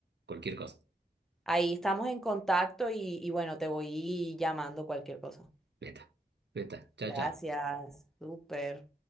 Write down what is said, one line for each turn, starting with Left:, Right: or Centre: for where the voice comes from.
Right: Cualquier cosa.
Centre: Ahí estamos en contacto y, y bueno, te voy llamando cualquier cosa.
Right: Neta. Neta. Chao,
Centre: Gracias,
Right: chao.
Centre: súper.